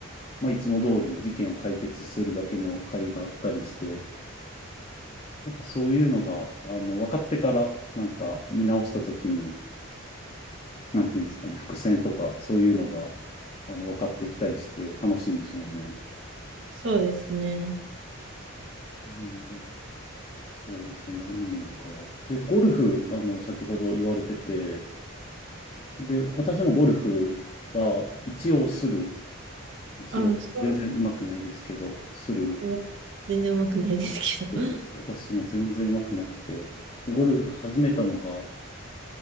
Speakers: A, on the left (about 30°); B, on the right (about 60°).
A: まあいつも通り事件を解決するだけの回があったりして、やっぱそういうのが、あの、分かってからなんか見直した時に、なんていうんですかね、伏線とかそういうのが、あの、分かってきたりして楽しいんでしょうね。
B: そうですね。
A: うんそうですね、アニメか。で、ゴルフ、あの、先ほど言われてて、で、私もゴルフは一応する。一応、
B: あ、そ
A: 全然上手くないですけど、する。
B: う。え全然うまくないですけど。
A: で、
B: <laughs>
A: 私も全然上手くなくて、ゴルフ始めたのが、